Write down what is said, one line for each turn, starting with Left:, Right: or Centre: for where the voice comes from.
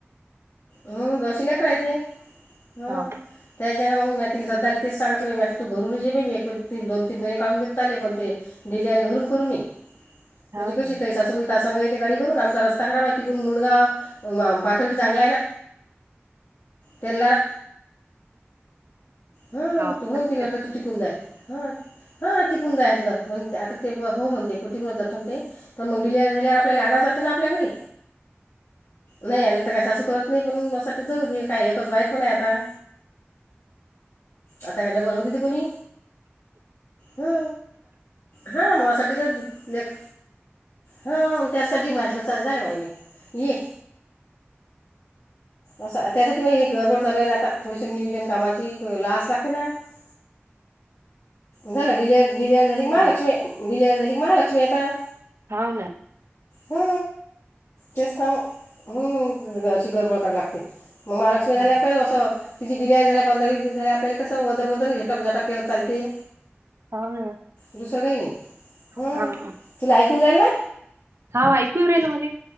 Left: हम दशीलेकरायचे. ह
Right: हाव
Left: त्याच्यान मग म तिला सधाला तेच सांगतलं तू घरून जे मी एकीन दोन. तीन महिने काढून देत ले पण ते डिलिवरी घरून करून न ये
Right: हाव
Left: म्हणजे कशी
Right: ना
Left: तही स असं आता सांगा य तेे गाडी करून आमचा रस्ता खराब आहे तिकून मुंडगा पाातळीडी चांगला आहे ना. पल्लर. ह्म्म..
Right: हाव
Left: तू म्हणती
Right: हाव
Left: काय तीकुण जाय? हा.. हा. तिकून जायलं म्हणते. आता ते ब हो म्हणते कुटिंगला जातो नते? पण मग डिलीवरी झाल्यावर. आपल्याला आणाच वाटत ना आपल्या घरी? नाही आणल तर काय सासू करत नाही. पण या साठी जाऊ दे काही. एकच बाळंत पण आहे आता? आता काय डबल होऊ देत कोणी? ह... हा मासाठीच लेक. हां हा. त्यासाठी म्हटलंच जा बाई ये? अस त्यासाठी मग हे गडबड चालू आता थोडीसे नियोजन कामाची लावायला लागते ना आता. झालं डलेर डिलिव्हरी झाली क महालक्ष्मी
Right: ना
Left: डिलेवरी झाली क महालक्ष्मी येतात.
Right: हा ना.
Left: ह तेच ना मग अशी गडबड कराय लागते. मग महालक्ष्मी
Right: हाव
Left: झाल्यावर काय असं. तिची डिलीवरी झाल्या पंधरा वीस दिवस झाले. आपल्याला कसं वदर वदर झटक झटक केलं चालते?
Right: ना
Left: दुसरं काही नाही. हम..
Right: हाव
Left: तुला ऐकून नय आल?
Right: हा ऐकू येऊ राहिल मले.